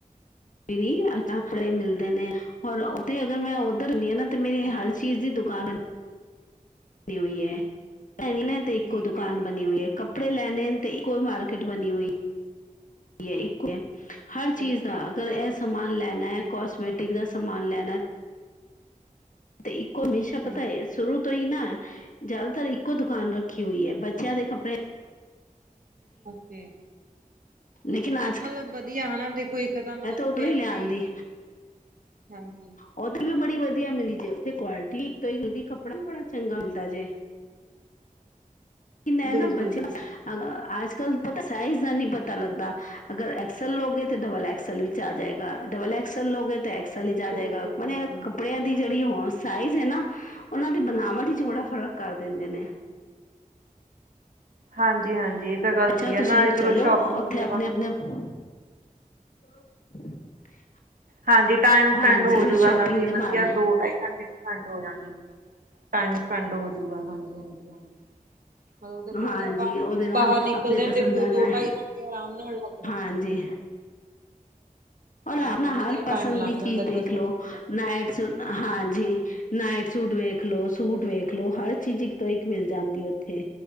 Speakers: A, on the left; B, on the right.
A: ਵੀ ਨ ਅੱਛੇ ਕੱਪੜੇ ਮਿਲਦੇ ਨੇ ਹੋਰ ਉੱਥੇ ਅਗਰ ਮੈਂ ਉੱਧਰ ਹੁੰਣੀ ਨਾ। ਤੇ ਮੇਰੀ
B: ਹਾਂਜੀ
A: ਹਰ ਚੀਜ਼ ਦੀ ਦੁਕਾਨ ਬਣੀ ਹੋਈ ਐ। ਇਹ ਵੀ ਨਾ ਤੇ ਇੱਕੋ
B: ਠੀਕ
A: ਦੁਕਾਨ
B: ਹੈ, ਠੀਕ
A: ਬਣੀ
B: ਹੈ,
A: ਹੋਈ ਐ। ਕੱ ਕੱਪੜੇ ਲੈਣੇ ਤੇ ਇੱਕੋ ਹੀ ਮਾਰਕੀਟ ਬਣੀ ਹੋਈ ਐ। <inaudible> ਇੱਕੋ ਹਰ ਚੀਜ਼
B: ਓਕੇ,
A: ਦਾ ਅਗਰ ਇਹ ਸਮਾਨ ਲੈਣਾ ਆ
B: ਠੀਕ
A: ਕਾਸਮੈਟਿਕ
B: ਹੈ,
A: ਦਾ ਸਮਾਨ ਲੈਣਾ ਤੇ ਇੱਕੋ ਹਮੇਸ਼ਾ
B: ਹਾਂਜੀ।
A: ਪਤਾ ਐ ਸ਼ੁਰੂ ਤੋਂ ਹੀ ਨਾ ਜਿਆਦਾਤਰ ਇੱਕੋ ਦੁਕਾਨ ਰੱਖੀ ਹੋਈ ਐ। ਬੱਚਿਆਂ ਦੇ ਕੱਪੜੇ
B: ਓਕੇ।
A: ਲੇਕਿਨ ਆ
B: ਮਤਲਬ ਵਧੀਆ ਹਨਾ। ਦੇਖੋ ਇੱਕ ਤਾਂ ਮਤਲਬ ਉੱਥੇ
A: ਉੱਧਰੋਂ ਹੀ
B: ਆਪਣੀ
A: ਲਿਆਂਦੀ
B: <inaudible> ਹਾਂਜੀ।
A: ਉਹਦੀ ਵੀ ਬੜੀ ਵਧੀਆ ਮਿਲੀ ਜੇ ਉਥੇ ਕੁਆਲਿਟੀ ਵਧੀਆ ਮਿਲਦੀ ਕੱਪੜਾ ਵੀ ਬੜਾ ਚੰਗਾ ਮਿਲਦਾ। ਜੇ ਕਿ ਮੈਂ
B: ਬਿਲਕੁਲ-ਬਿਲਕੁਲ,
A: ਨਾ ਬੱਚਿਆਂ ਅੱਜ-ਕੱਲ੍ਹ ਪਤਾ ਸਾਈਜ ਦਾ ਨਹੀਂ ਪਤਾ ਲੱਗਦਾ। ਅਗਰ ਐਕਸਲ ਲੋਗੇ ਡਬਲ ਐਕ ਐਕਸਲ ਵਿਚ ਆ ਜਾਏਗਾ, ਡਬਲ ਐਕਸਲ ਲਓਗੇ ਤਾਂ ਐਕਸਲ ਵਿਚ ਆ
B: ਬਿਲਕੁਲ-ਬਿਲਕੁਲ।
A: ਜਾਏਗਾ। ਮਨੇ ਕੱਪੜਿਆਂ ਦੀ ਜਿਹੜੀ ਉਹ ਸਾਈਜ਼ ਐ ਨਾ ਉਹਨਾਂ ਦੀ ਬਣਾਵਟ ਵਿੱਚ ਬੜਾ ਫ਼ਰਕ ਕਰ ਦਿੰਦੇ ਨੇ।
B: ਹਾਂਜੀ -ਹਾਂਜੀ। ਤਾਂ ਗੱਲ
A: ਬੱਚਿਆਂ
B: ਸਹੀ ਹੈ
A: ਤੁਸੀਂ
B: ਨਾਲੇ
A: <unintelligible> ਚਲੋ
B: ਸ਼ੋਪਿੰਗ
A: ਉੱਥੇ
B: ਦੇ
A: ਆਪਣੇ-ਆਪਣੇ
B: ਬਹਾਨੇ
A: <inaudible>
B: ਹਾਂਜੀ ਟਾਈਮ ਸਪੈਂਡ
A: ਹਾਂਜੀ
B: ਹੋਜੂਗਾ
A: ਫਿਰ ਸ਼ੋਪਿੰਗ
B: ਨਾਲੇ
A: ਦੇ
B: ਵਧੀਆ
A: ਬਾਅਦ
B: ਦੋ-ਢਾਈ ਘੰਟੇ ਸਪੈਂਡ ਹੋ ਜਾਣੀ ਟਾਈਮ ਸਪੈਂਡ ਹੋਜੂਗਾ ਹਾਂਜੀ-ਹਾਂਜੀ ਹਾਂਜੀ। ਮਤਲਬ ਦੇਖੋ
A: ਹਾਂਜੀ
B: ਜੇ ਆਪਾਂ
A: ਉਹਦੇ ਨਾਲ
B: ਬਾਹਰ ਨਿਕਲਦੇ
A: ਆਪਣੇ
B: ਹਾਂ
A: ਪਸੰਦ
B: ਦੇਖੋ
A: ਦਾ ਨਾ
B: ਦੋ ਢਾਈ ਘੰਟੇ ਅਰਾਮ ਨਾਲ ਲੱਗ ਜਾਣ।
A: ਹਾਂਜੀ। ਔਰ
B: ਹਾਂਜੀ
A: ਆਪ ਨਾ
B: ਵਧੀਆ
A: ਹਰ ਪਸੰਦ
B: ਟਾਈਮ ਲੰਘ
A: ਦੀ
B: ਜਾਂਦਾ
A: ਚੀਜ਼
B: ਜਦੋਂ
A: ਦੇਖ
B: ਸਪੈਂਡ
A: ਲੋੋ
B: ਹੁੰਦਾ
A: ਨਾਈਟ ਸੂਟ ਹਾਂਜੀ। ਨਾਈਟ ਸੂਟ ਵੇਖ ਲੋ ਸੂਟ ਵੇਖ ਲੋ ਹਰ ਚੀਜ਼ ਇੱਕ ਤੋਂ ਇੱਕ ਮਿਲ ਜਾਂਦੀ। ਉੱਥੇ